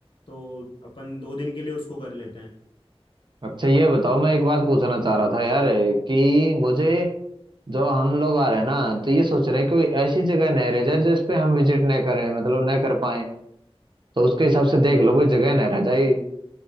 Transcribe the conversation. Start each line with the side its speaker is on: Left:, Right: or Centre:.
Left: तो अपन दो दिन के लिए उसको कर लेते
Right: अच्छा ये बताओ मैं एक बात पूछना चाह रहा था यार कि मुझे जो हम लोग आ रहे हैं ना तो ये सोच रहे हैं कोई ऐसी
Left: हैं
Right: जगह नहीं रह जाए जो इस पे हम विजिट नहीं करें मतलब नहीं कर पाए तो उसके हिसाब से देख लो कोई जगह नहीं रह जाए